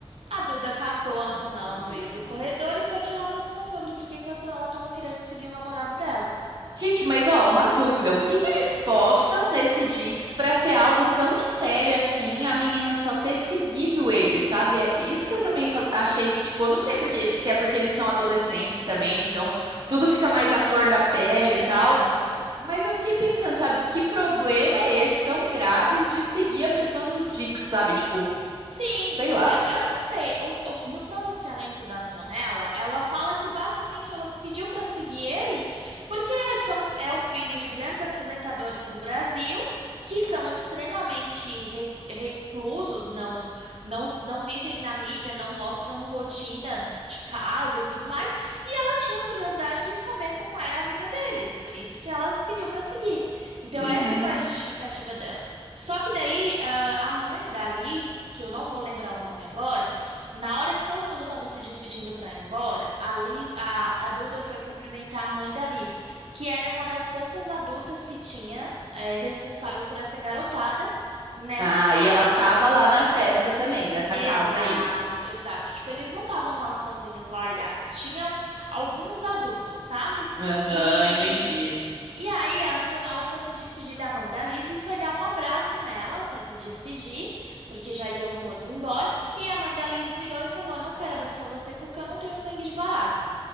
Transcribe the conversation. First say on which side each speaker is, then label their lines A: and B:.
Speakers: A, on the right (about 80°); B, on the right (about 45°).
A: A Duda catou a Antonella
B: Hum.
A: no meio do corredor e foi tirar satisfação do porquê que a Antonella estava querendo seguir o namorado dela.
B: Gente, mas ó, uma dúvida. O que que eles postam nesse Dix pra ser algo tão sério assim, a menina só ter seguido ele, sabe? É isso que eu também fal- achei, tipo, eu não sei porque, se é porque eles são adolescentes também, então tudo fica mais à flor da pele
A: Exato.
B: e tal. Mas eu fiquei pensando, sabe, que problema é esse tão grave de seguir a pessoa no Dix, sabe? Tipo,
A: Sim,
B: sei lá.
A: eu, eu não sei. O- o- no pronunciamento da Antonella, ela fala que basicamente ela pediu para seguir ele porque são, é o filho de grandes apresentadores do Brasil que são extremamente re- reclusos, não, não, não vivem na mídia, não mostram rotina de casa e tudo mais. E ela tinha curiosidade de saber como era a vida deles, por isso que ela pediu para seguir. Então,
B: Uhum.
A: essa foi a justificativa dela. Só que daí, ah, a mãe da Liz, que eu não vou lembrar o nome agora, na hora que todo mundo estava se despedindo para ir embora, a Liz, a, a Duda foi cumprimentar a mãe da Liz, que era uma das poucas adultas que tinha, eh, responsável por essa garotada nessa
B: Ah,
A: casa.
B: e ela tava lá na festa também, nessa
A: Exato,
B: casa aí.
A: exato. Tipo, eles não estavam lá sozinhos, largados. Tinham alguns adultos, sabe?
B: Aham,
A: E
B: entendi.
A: e aí, a Antonella foi se despedir da mãe da Liz e foi dar um abraço nela para se despedir, porque já iam todos embora. E a mãe da Liz virou e falou: "Eu Não quero abraçar você porque eu não tenho sangue de barata.